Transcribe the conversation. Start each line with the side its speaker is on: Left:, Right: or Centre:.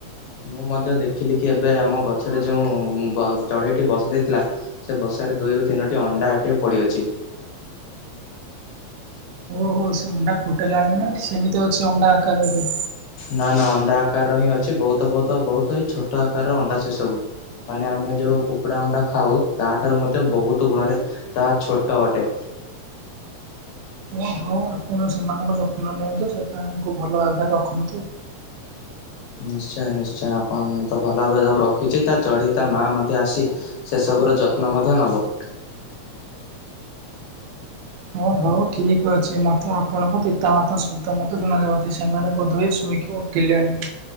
Left: ମୁଁ ମଧ୍ୟ ଦେଖିଲି କି ଏବେ ଆମ ଗଛରେ ଯେଉଁ ବ ଚଢେଇଟି ବସା ଦେଇଥିଲା ସେ ବସ ସାରେ ଦୁଇରୁ ତିନୋଟି ଅଣ୍ଡା ଟିକେ ପଡିଅଛି।
Right: ଓହୋ ସେ ଅଣ୍ଡା ଫୁଟେଇଲାଣି ନା ସେମିତି ଅଛି ଅଣ୍ଡା ଆକାରରେ?
Left: ନା ନା ଅଣ୍ଡା ଆକାରର ହିଁ ଅଛି ବହୁତ ବହୁତ ବହୁତ ହିଁ ଛୋଟ ଆକାରର ଅଣ୍ଡା ସେ ସବୁ ମାନେ ଆମେ ଯୋଉ କୁକୁଡ଼ା ଅଣ୍ଡା ଖାଉ ତା ଠାରୁ ମଧ୍ୟ ବହୁତ ଗୁଣରେ ତାହା ଛୋଟ ଅଟେ।
Right: ଓ ହଉ ଆପଣ ସେମାନଙ୍କ ଯତ୍ନ ନିଅନ୍ତୁ ସେମାନଙ୍କୁ ଭଲ ଭାବରେ ରଖନ୍ତୁ।
Left: ନିଶ୍ଚୟ ନିଶ୍ଚୟ ଆପଣ ମୁଁ ତ ଭଲ ଭାବେ ତା ରଖିଛି, ତା ଚଢ଼େଇ ତା ମା ମଧ୍ୟ ଆସି ସେସବୁର ଯତ୍ନ ମଧ୍ୟ ନବ।
Right: ହ ହଉ ଠିକ୍ ଅଛି ମତେ ଆପଣଙ୍କ ପିତାମାତା ଶବ୍ଦ ମତେ ଶୁଣାଯାଉଛି, ସେମାନେ ବୋଧୁଏ ଶୋଇକି ଓଠିଲଣି।